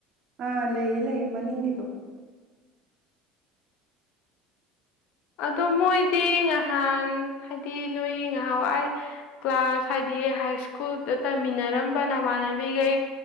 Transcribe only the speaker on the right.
ꯑꯥ ꯂꯩꯌꯦ ꯂꯩꯌꯦ ꯃꯅꯤꯡꯒꯤꯗꯣ